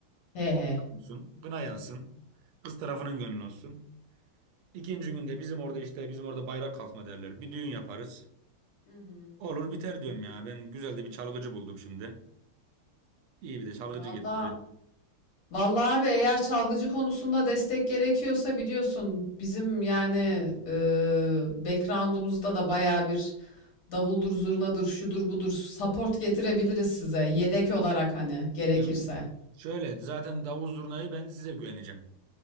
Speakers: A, on the left; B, on the right.
A: he
B: O
A: he.
B: olsun. Kına yansın. Kız tarafının gönlü olsun. İkinci günde bizim orada işte bizim orada bayrak kalkma derler. Bir düğün yaparız.
A: Hı hı.
B: Olur biter diyorum ya. Ben güzel de bir çalgıcı buldum şimdi. İyi bir de çalgıcı
A: Valla
B: getiririz.
A: vallahi abi eğer çalgıcı konusunda destek gerekiyorsa biliyorsun bizim yani e, background'umuzda da bayağı bir davuldur zurnadır şudur budur support getirebiliriz size yedek olarak hani gerekirse.
B: Yani şöyle zaten davul zurnayı ben size güveneceğim.